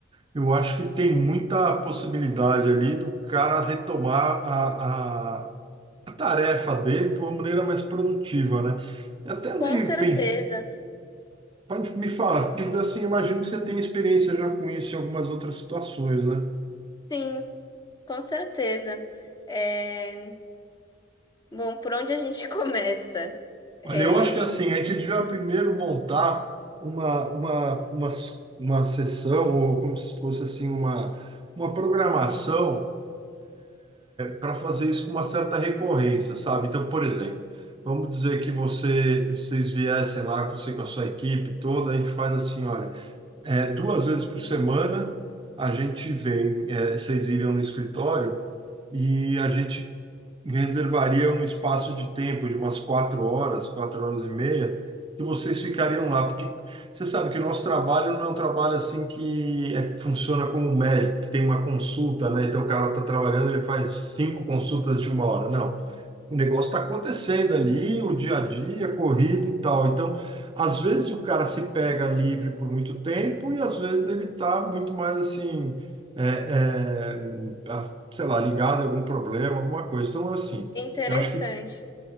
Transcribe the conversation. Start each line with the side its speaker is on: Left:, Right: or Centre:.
Right: Eu acho que tem muita possibilidade ali do cara retomar a, a tarefa dele de uma maneira mais produtiva, né? E até andei
Left: Com certeza,
Right: pensando, pode me falar, porque assim, imagino que você tem experiência já com isso em algumas outras situações, né?
Left: sim, com certeza. É, bom, por onde a gente <laughs> começa? É
Right: Olha, eu acho que assim, a gente devia primeiro montar uma, uma, uma, uma sessão, ou como se fosse assim, uma, uma programação para fazer isso com uma certa recorrência, sabe? Então, por exemplo, vamos dizer que você, vocês viessem lá, você com a sua equipe toda, a gente faz assim, olha. É, duas vezes por semana a gente vem, é, vocês iriam no escritório e a gente reservaria um espaço de tempo de umas quatro horas, quatro horas e meia, que vocês ficariam lá, porque você sabe que o nosso trabalho não é um trabalho assim que é- funciona como um médico, que tem uma consulta, né? Então o cara está trabalhando, ele faz cinco consultas de uma hora. Não, o negócio está acontecendo ali, o dia a dia, corrida e tal. Então, às vezes o cara se pega livre por muito tempo e às vezes ele está muito mais assim, é, é, a- sei lá, ligado a algum problema, alguma coisa. Então, assim,
Left: interessante.
Right: eu acho que,